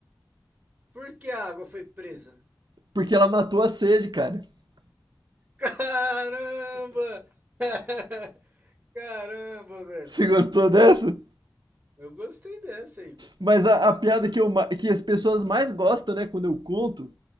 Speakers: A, on the right; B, on the right.
A: Por que a água foi presa?
B: Porque ela matou a sede, cara. <laughs>
A: Caramba! <laughs> Caramba, velho.
B: Você gostou dessa?
A: Eu gostei dessa, Igor.
B: Mas a, a piada
A: Você
B: que,
A: já-
B: eu, ma- que as pessoas mais gostam, né, quando eu conto,